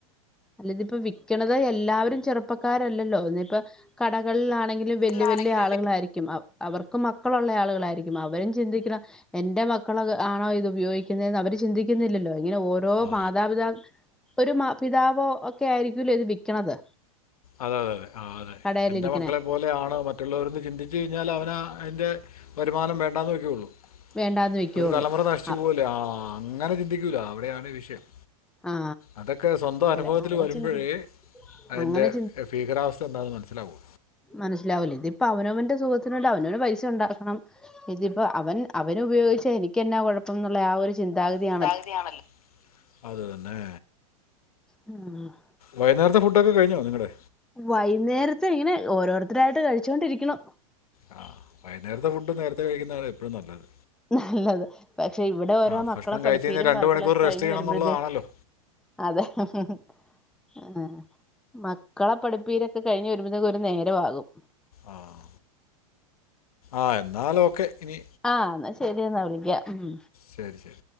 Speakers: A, in the centre; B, on the left.
A: അല്ല ഇത് ഇപ്പ വിക്കണത് എല്ലാവരും ചെറുപ്പക്കാരല്ലല്ലോ ഒന്നിപ്പ കടകളിലാണെങ്കിലും വല്യ
B: ലാണെങ്കിലും
A: വല്യ ആളുകളായിരിക്കും അവർക്ക് മക്കളുള്ള ആളുകളായിരിക്കും അവരും ചിന്തിക്കണം എന്റെ മക്കള ആണോ ഇത് ഉപയോഗിക്കുന്നേന്ന് അവര് ചിന്തിക്കുന്നില്ലല്ലോ ഇങ്ങനെ ഓരോ
B: ആ
A: മാതാപിതാ ഒരു മാ പിതാവോ ഒക്കെ ആയിരിക്കൂല്ലേ ഇത് വിക്കണത്
B: അതെ തെ അതെ ആ അതെ
A: കടയിലിരിക്കണേ
B: എന്റെ മക്കളെ പോലെ ആണ് മറ്റ്ള്ളവര്ന്ന് ചിന്തിച്ച് കഴിഞ്ഞാൽ അവരാ അയിൻ്റെ വരുമാനം വേണ്ടാന്ന് വെക്യൂയുള്ളൂ
A: വേണ്ടാന്ന് വെക്കുള്ളൂ
B: ഒര് തലമുറ നശിച്ചു
A: ആ
B: പോവല്ലേ ആഹ് അങ്ങനെ ചിന്തിക്കൂല അവിടെയാണ് ഈ വിഷയം
A: ആ,
B: അതെക്കേ സ്വന്തം
A: അവിടെ
B: അനുഭവത്തില്
A: അവിടെ
B: വരുമ്പഴേ
A: ചിന്തി
B: അയിന്റെ
A: അങ്ങനെ
B: ഭീകരാവസ്ഥ എന്താന്ന് മസ്സിലാവുളൂ
A: മനസ്സിലാവുല്ലേ ഇതിപ്പൊ അവനവന്റെ സുഗത്തിനല്ല അവനവന് പൈസ ഇണ്ടാക്കണം ഇതിപ്പോ അവൻ അവനുപയോഗിച്ചാ എനിക്കെന്നാ കൊഴപ്പംന്ന്ള്ളെ ആ ഒര് ചിന്താഗതിയാ
B: ചിന്താഗതിയാണല്ലോ. അത് തന്നെ
A: മ് ആ
B: വൈനേരത്തെ ഫുഡൊക്കെ കഴിഞ്ഞോ നിങ്ങടെ?
A: വൈന്നേരത്തെ ഇങ്ങനെ ഓരോരുത്തരായിട്ട് കഴിച്ചൊണ്ടിരിക്കുണു
B: അഹ് വൈന്നേരത്തെ ഫുഡ് നേരത്തെ കഴിക്കുന്നതാണ് എപ്പൊഴും നല്ലത്.
A: നല്ലത് പക്ഷെ ഇവിടെ ഓരോ
B: ആ
A: മക്കളെ
B: ഭക്ഷണം
A: പഠിപ്പീരും
B: കഴിച്ച് കഴിഞ്ഞാൽ രണ്ട്
A: പറക്കലൊക്കെ
B: മണിക്കൂർ റെസ്റ്റ്
A: കഴിഞ്ഞ്
B: ചെയ്യണം
A: വരുമ്പോഴത്തെക്ക്
B: എന്നുള്ളതാണല്ലോ
A: അതെ ഹ് ഹ് ഹ് ആ മക്കളെ പഠിപ്പീരെക്കെ കഴിഞ്ഞ് വരുമ്പതേക്കും ഒരു നേരവാകും.
B: ആഹ് ആ എന്നാലോക്കെ ഇനി
A: ആഹ് എന്ന ശെരിയെന്നാ വിളിക്കാം ഉം
B: ശെരി ശെരി